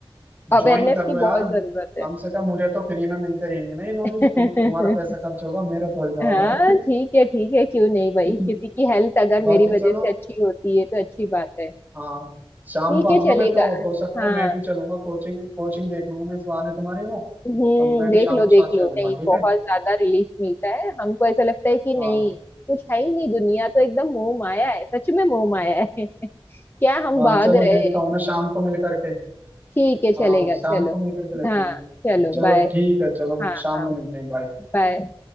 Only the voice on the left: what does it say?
अवेयरनेस
की
बहुत जरूरत
है
<laughs>
हाँ ठीक है ठीक है क्यों नहीं भाई
किसी की हेल्थ अगर
मेरी वजह
से अच्छी होती है तो अच्छी बात है
ठीक
है चलेगा
हाँ
हम्म
देख
लो
देख
लो
नहीं
बहुत
ज्यादा रिलीफ मिलता है हमको ऐसा लगता है कि
नहीं कुछ है ही नहीं दुनिया तो एकदम मोह माया है सच में मोह माया है <laughs> क्या हम
भाग
रहे
हैं
ठीक है चलेगा
चलो
हाँ
चलो
बाय
हाँ
हाँ
बाय